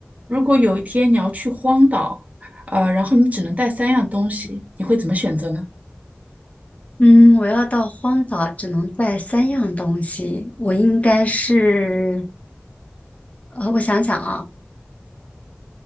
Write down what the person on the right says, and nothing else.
如果有一天你要去荒岛，呃，然后你只能带三样东西，你会怎么选择呢？